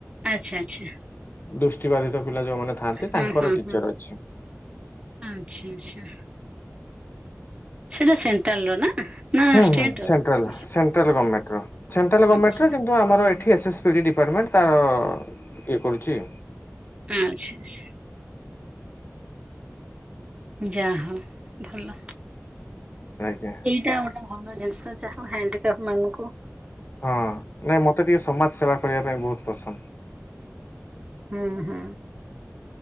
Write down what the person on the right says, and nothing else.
ଆଚ୍ଛା ଆଚ୍ଛା।
ହୁଁ
ହୁଁ
ହୁଁ
ଆଚ୍ଛା ଆଚ୍ଛା। ସେଇଟା ସେଣ୍ଟ୍ରାଲ ର ନା? ନା
ଷ୍ଟେଟ
ର
ହଁ
ସେ-
ଆଛା ଆଛା। ଯା ହୋଉ ଭଲ।
ଏଇଟା ଗୋଟେ ଭଲ ଜିନିଷ ଯାହା ହଡିିକାଫ୍ ମାନଙ୍କୁ।
ହୁଁ ହୁଁ।